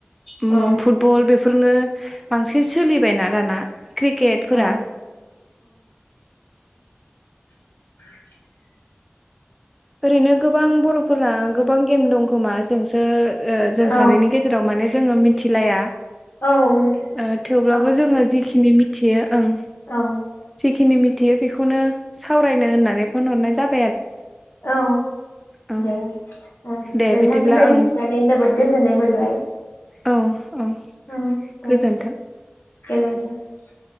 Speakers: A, in the centre; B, on the left.
A: ओम
B: औ
A: फुटबल बेफोरनो बांसिन सोलिबायना दाना क्रिकेटफोरा
B: औ <inaudible>
A: ओरैनो गोबां बर'फोरना गोबां गेम दं खोमा जोंसो ओ जों
B: औ
A: सानैनि गेजेराव माने जोङो मिथिलाया
B: औ औ
A: ओ थेवब्लाबो
B: दङ
A: जोङो जिखिनि मिथियो ओं
B: औ
A: जिखिनि मि मिथियो बेखौनो सावरायनो होननानै फन हरनाय जाद
B: औ
A: औ
B: दे ओ
A: दे
B: नोंथांनिफ्राय
A: बिदिब्ला ओं
B: मिथिनानै जोबोद गोजोननाय मोनबाय
A: औ औ
B: ओम दे
A: गोजोन्थों।
B: गोजोनथों ।